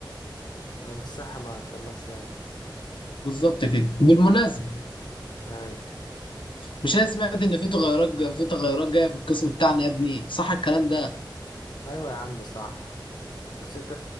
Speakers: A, on the left (about 55°); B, on the left (about 75°).
A: لو مفيش صحة ما تكملش ايوه
B: بالظبط كده بالمناسبه
A: أيوة.
B: مش انا سمعت ان في تغيرات جا- في تغيرات جايه في القسم بتاعنا يا ابني صح الكلام ده
A: ايوه يا عم صح بس انت